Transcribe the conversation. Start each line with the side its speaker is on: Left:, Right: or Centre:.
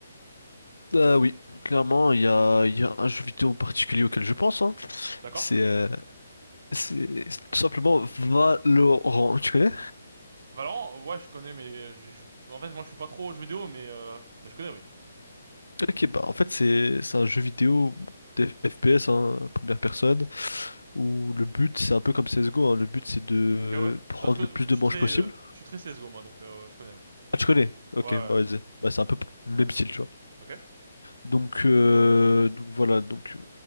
Left: Euh, oui, clairement, il y a, il y a un jeu vidéo en particulier auquel je pense. hein.
Right: D'accord?
Left: C'est euh, c'est tout simplement Valorant. Tu connais?
Right: Valorant, ouais, je connais, mais je joue. En fait, moi, je suis pas trop aux jeux vidéo, mais euh, mais je connais, oui.
Left: Ok, bah en fait c'est c'est un jeu vidéo d'F- FPS, hein, première personne, où le but c'est un peu comme CSGO, hein, le but c'est de
Right: Ok, ouais.
Left: prendre
Right: Parce que
Left: le plus de
Right: je suis
Left: manches
Right: très,
Left: possible.
Right: euh, je suis très CS:GO, moi, donc euh, je connais, ouais.
Left: Ah tu connais? Ok,
Right: Ouais, ouais. ouais.
Left: bah vas-y. Bah, c'est un peu p- le même style, tu vois.
Right: Ok,
Left: Donc, euh, donc voilà, donc euh,